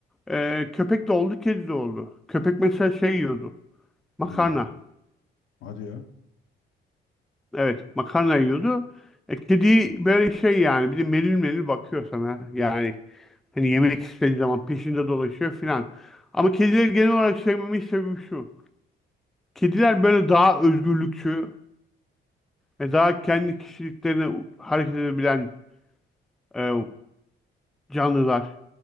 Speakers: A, in the centre; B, on the left.
A: Ee, köpek de oldu, kedi de oldu. Köpek mesela şey yiyordu. Makarna.
B: Hmm, hadi ya.
A: Evet, makarna yiyordu. E, kedi böyle şey yani bir de melil melil bakıyor sana. Yani hani yemek istediği zaman peşinde dolaşıyor filan. Ama kedileri genel olarak sevmemin sebebi şu. Kediler böyle daha özgürlükçü ve daha kendi kişiliklerine u- hareket edebilen e, canlılar.